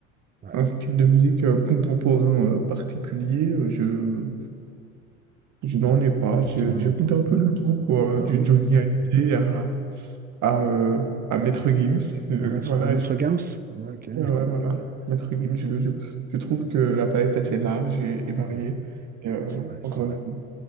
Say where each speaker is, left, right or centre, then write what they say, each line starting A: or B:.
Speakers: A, on the right; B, on the right.
A: Ouais.
B: un style de musique euh, contemporain euh, particulier, euh, je, je n'en
A: Non,
B: ai pas. Je-
A: tu n'en
B: J'écoute
A: es pas.
B: un peu le tout, quoi,
A: Ah
B: du
A: oui.
B: Johnny Hallyday à, à, euh, à Maître Gims. Euh,
A: Un maître,
B: voilà,
A: un maître
B: je-
A: Gams? Ok.
B: ouais, ouais, voilà. Maître Gims, je, je- je trouve que la palette est assez large et, et variée.
A: Hmm.
B: Et, euh,
A: C'est vrai,
B: encore
A: c'est vrai.
B: une fois.